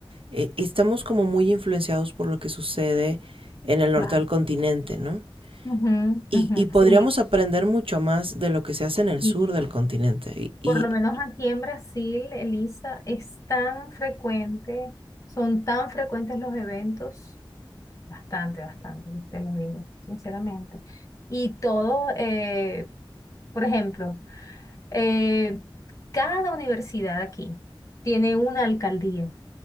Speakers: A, on the right; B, on the left.
A: eh, estamos como muy influenciados por lo que sucede en el norte
B: claro.
A: del continente, ¿no?
B: Ujú,
A: Y,
B: ujú.
A: y podríamos
B: Sí,
A: aprender mucho más de lo que se hace en el
B: sí.
A: sur del continente. Y, y
B: Por lo menos aquí en Brasil, Elisa, es tan frecuente, son tan frecuentes los eventos. Bastante, bastante, te lo digo, sinceramente. Y todo, eh, por ejemplo, Eh, cada universidad aquí tiene una alcaldía.